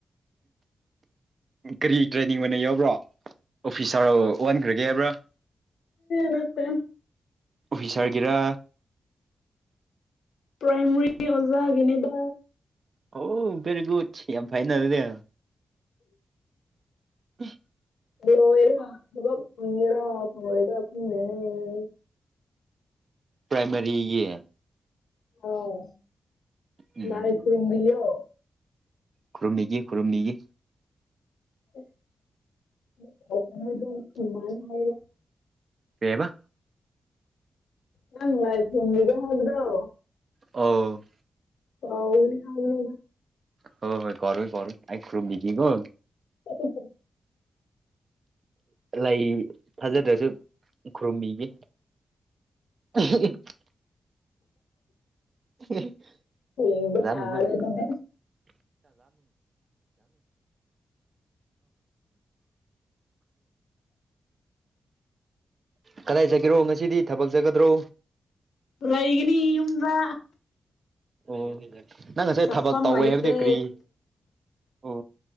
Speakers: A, on the right (about 55°); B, on the left (about 80°).
A: ꯀꯔꯤ ꯇ꯭ꯔꯦꯅꯤꯡ ꯑꯣꯏꯅ ꯌꯥꯎꯕ꯭ꯔꯣ ꯑꯣꯐꯤꯁ ꯁꯥꯔ ꯑꯣꯟꯈ꯭ꯔꯒꯦ ꯍꯥꯏꯕ꯭ꯔꯥ
B: ꯅꯥꯠꯇꯦ
A: ꯑꯣꯐꯤꯁꯔꯒꯤꯔ
B: ꯄꯥꯏꯃꯔꯤ ꯑꯣꯖꯥꯒꯤꯅꯤꯗ
A: ꯑꯣ ꯕꯦꯔꯤꯒꯨꯗ ꯌꯥꯝ ꯐꯥꯏꯅ ꯗꯨꯗꯤ <unintelligible>
B: <unintelligible>
A: ꯄ꯭ꯔꯥꯏꯃꯥꯔꯤꯒꯤ
B: ꯑꯣ
A: ꯎꯝ
B: ꯂꯥꯏ ꯈꯨꯔꯨꯝꯕꯤꯑꯣ
A: ꯈꯨꯔꯨꯝꯕꯤꯒꯦ ꯈꯨꯔꯨꯝꯕꯤꯒꯦ
B: <unintelligible>
A: ꯀꯩ ꯍꯥꯏꯕ
B: ꯅꯪ ꯂꯥꯏ ꯈꯨꯔꯨꯝꯕꯤꯒꯦ ꯍꯥꯏꯕꯗꯣ
A: ꯑꯣ
B: ꯀꯧꯅꯤ ꯍꯥꯏꯕꯅꯤꯗ
A: ꯍꯣ ꯍꯣꯏ ꯀꯎꯔꯣꯏ ꯀꯎꯔꯣꯏ ꯑꯩ ꯈꯨꯔꯨꯝꯕꯤꯒꯦ ꯀꯣ
B: <unintelligible>
A: ꯂꯩ ꯐꯖꯗ꯭ꯔꯁꯨ ꯈꯨꯔꯨꯝꯃꯤꯒꯤ <unintelligible> <unintelligible>
B: ꯌꯦꯡꯕ
A: <inaudible>
B: ꯇꯥꯔꯦ ꯑꯗꯨꯗꯤ
A: <unintelligible> <unintelligible> ꯀꯗꯥꯏ ꯆꯇꯀꯤꯔꯣ ꯉꯁꯤꯗꯤ ꯊꯕꯛ ꯆꯠꯀꯗ꯭ꯔꯣ
B: ꯂꯩꯒꯅꯤ ꯌꯨꯝꯗ
A: ꯑꯣ ꯅꯪ ꯉꯁꯥꯏ
B: ꯆꯠꯐꯝ
A: ꯊꯕꯛ ꯇꯧꯋꯦ
B: ꯂꯩꯇꯦ
A: ꯍꯥꯏꯕꯗꯤ ꯀ꯭ꯔꯤ ꯑꯣ